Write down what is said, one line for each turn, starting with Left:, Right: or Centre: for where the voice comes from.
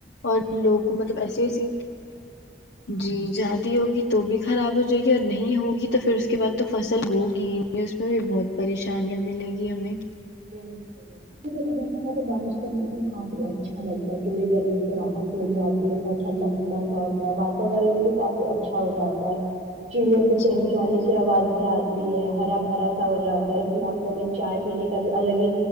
Left: اور لوگوں کو مطلب ایسے ایسی جی زیادی ہوگی تو بھی خراب ہو جائے گی اور نہیں ہوگی تو پھر اس کے بعد تو فصل ہوگی ہی نہیں اس میں بھی بہت پریشانیاں ملے گی ہمیں
Right: بالکل ابھی دیکھا جائے تو بارش کا موسم کافی اچھا لگتا ہے کیونکہ گرمی سے راحت مل جاتی ہے تھوڑا ٹھنڈا ٹھنڈا سا ہوتا ہے واتاورن میں بھی کافی اچھا ہو جاتا ہے چڑیوں
Left: جی
Right: کے چہچانے
Left: بالکل
Right: کی آوازیں آتی تی ہے ہرا بھرا سا ہو جاتا ہے اس موسم میں چائے پینے کا بھی الگ ہی